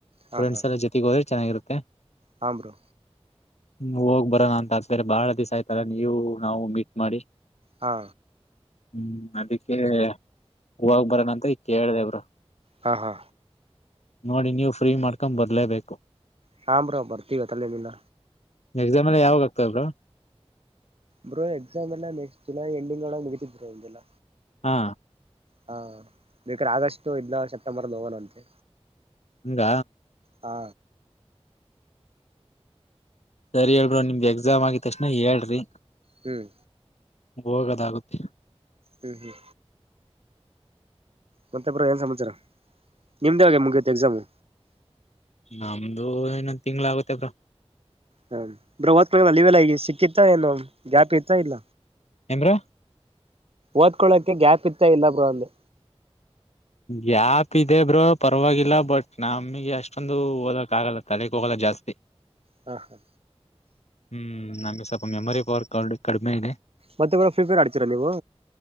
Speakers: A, on the right; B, on the left.
A: ಹಾ
B: ಫ್ರೆಂಡ್ಸ್
A: ಹಾ
B: ಎಲ್ಲ ಜೊತೆಗೆ ಹೋದ್ರೆ ಚೆನ್ನಾಗಿರುತ್ತೆ
A: ಹಾಂ ಬ್ರೋ
B: ಹ್ಮ ಹೋಗ್ ಬರೋಣ ಅಂತ ಅತೇರೆ ಬಾಳ ದಿವ್ ಆಯ್ತಲ್ಲ ನೀವು ನಾವು ಮೀಟ್ ಮಾಡಿ
A: ಹಾ
B: ಹ್ಮ್ ಅದಕ್ಕೆ ಹೋಗ್ ಬರದಂತ ಈ ಕೇಳ್ದಬ್ರು
A: ಹಾ ಹಾ
B: ನೋಡಿ ನೀವು ಫ್ರೀ ಮಾಡ್ಕೊ ಬರ್ಲೇಬೇಕು
A: ಹ್ರ ಬರ್ತೀವಿ ತಲೆೇಲ್ಲಿಲ್ಲ
B: ಎಕ್ಸಾಮ್ ಎಲ್ಲ ಯಾವಾಗ ಆಗ್ತಬ್ರ
A: ಬ್ರೋ ಎಕ್ಸಾಮ್ ಎಲ್ಲ ನೆಕ್ಸ್ಟ್ ಜುಲೈ ಎಂಡಿಂಗ್ ಒಳಗೆ ಮುಗಿತಿದ್್ರೋ ಒ್ೆಲ್ಲ
B: ಹಾ
A: ಹಾ ಈೇಕಡೆ ಆಗಸ್ಟ್ು ಇಲ ಸೆಪ್ಟೆಂಬರ್ ನೋವೋಣ ಅಂತೆ
B: ಹಂಗ
A: ಹಾ
B: ಸರಿ ಹೇಳಬ್ರರು ನಿಮ್ದಗೆ ಎಕ್ಸಾಮ್ ಆಗಿದ ತಕ್ಷಣ ಹೇಳ್ರಿ
A: ಹ್ಮ್
B: ಹೋಗದಾಗುತ್ತೆ
A: ಹ್ಮ ಹ್ಮ್ ಮತ್ತೊಬರ ಏನ್ ಸಂಾಚಾರ ನಿಮ್ದ ಒಳೆ ಮುಗತಿ ಎಕ್ಸಾಮು
B: ನಮ್ದು ಇನ್ನೊಂದ್ ತಿಂಗ್ಳ ಆಗತ್ತದ
A: ಹ ಬ್ರ ಹ ಅಲ್ಲಿವೆಲ್ಲ ಈ ಸಿಕ್ಕಿತ್ ಇತ ಏನು ಗ್ಯಾಪ್ ಇರ್ತಾ ಇಲ್ಲ
B: ಏನ್ ಬ್ರೋ
A: ಓದ್ಕೊಳ್ಳಕೆ ಗ್ಯಾಪ್ ಇತ್ತ ಇಲ್ಲ ಬ್ರ ಅಲ್ಲಿ
B: ಯಾಪ್ ಇದೆ ಬ್ರೋ ಪರವಾಗಿಲ್ಲ ಬಟ್ ನಮಗೆ ಅಷ್ಟೊಂದು ಹೋಗದಕ್ ಆಗಲ್ಲ ತಲೆಗ್ ಹೋಗಲ್ಲ ಜಾಸ್ತಿ
A: ಹಾ ಹಾ
B: ಹ್ಮ್ ನಂಗೆ ಸ್ವಲ್ಪ ಮೆಮೊರಿ ಪವಾರ್ ಕಾರ್ಡ್ ಕಡಿಮೆ ಇದೆ
A: ಮತ್ತೆ ಕಡ ಫುಲ್ ಪೇರ್ ಆಡ್ಚೀರ ನೀವು